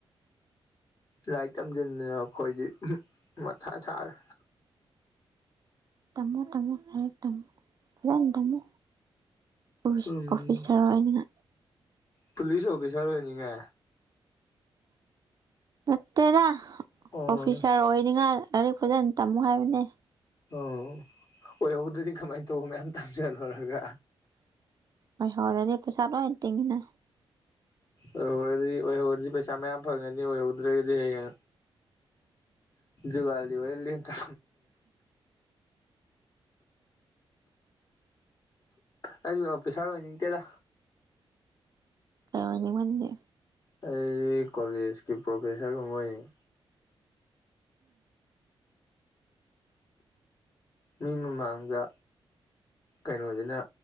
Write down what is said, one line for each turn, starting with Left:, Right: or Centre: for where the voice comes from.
Left: ꯂꯥꯏꯔꯤꯛ ꯇꯝꯁꯤꯟꯗꯅ ꯑꯩꯈꯣꯏꯗꯤ ꯃꯊꯥ ꯁꯥꯔꯦ꯫
Right: ꯇꯝꯃꯣ ꯇꯝꯃꯣ ꯂꯥꯏꯛ ꯇꯝꯃꯣ ꯐꯖꯅ ꯇꯝꯃꯣ ꯎꯏꯁ
Left: ꯎꯝ
Right: ꯑꯣꯐꯤꯁꯥꯔ ꯑꯣꯏꯅ꯫
Left: ꯄꯨꯂꯤꯁ ꯑꯣꯐꯤꯁꯔ ꯑꯣꯏꯅꯤꯉ
Right: ꯅꯇꯩꯗ
Left: ꯑꯣ
Right: ꯑꯣꯐꯤꯁꯔ ꯑꯣꯏ ꯅꯤꯡꯍꯥ ꯂꯥꯏꯔꯤꯛ ꯐꯖꯅ ꯇꯝꯃꯨ ꯍꯥꯏꯕꯅꯦ
Left: ꯑꯣ ꯑꯣꯏꯍꯧꯕꯗꯗꯤ ꯀꯃꯥꯏꯅ ꯇꯧꯕ ꯃꯌꯥꯝ ꯇꯥꯖꯜꯂꯨꯔꯒ
Right: ꯍꯣꯏ ꯍꯂꯗꯤ ꯄꯩꯁꯥ ꯇꯣ ꯇꯉꯅ
Left: ꯑꯣꯏꯍꯧꯔꯗꯤ ꯑꯣꯏꯍꯧꯔꯗꯤ ꯄꯩꯁꯥ ꯃꯌꯥꯝ ꯐꯪꯉꯅꯤ ꯑꯣꯏꯍꯧꯗ꯭ꯔꯒꯗꯤ ꯍꯌꯦꯡ ꯨꯒꯂꯤ ꯑꯣꯏ ꯊ ꯑꯩꯁꯨ ꯑꯣꯐꯤꯁꯥꯔ ꯑꯣꯏꯅꯤꯡꯗꯦꯗ
Right: ꯐ ꯑꯃꯅꯤꯅꯤ ꯃꯗꯤꯦ
Left: ꯑꯩ ꯀꯣꯂꯦꯖꯀꯤ ꯄ꯭ꯔꯣꯐꯦꯁꯥꯔꯒꯨꯝꯕ ꯑꯣꯏꯅꯤꯡ꯫ ꯃꯤ ꯃꯃꯥꯡꯗ꯫ ꯀꯩꯅꯣꯁꯤꯅ